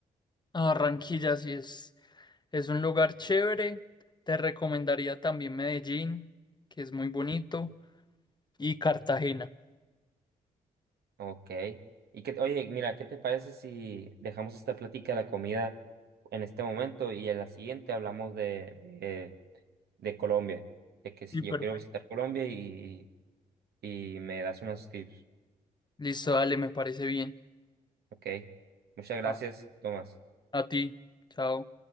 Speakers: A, on the left; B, on the right.
A: A Barranquilla sí es, es un lugar chévere. Te recomendaría también Medellín, que es muy bonito, y Cartagena.
B: Ok. Y que, oye, mira, ¿qué te parece si dejamos esta plática de la comida en este momento y en la siguiente hablamos de, de, de Colombia? De que si
A: Sí, perfecto.
B: yo quiero visitar Colombia y, y me das unos tips.
A: Listo, dale, me parece bien.
B: Ok. Muchas gracias,
A: Ah.
B: Tomás.
A: A ti. Chao.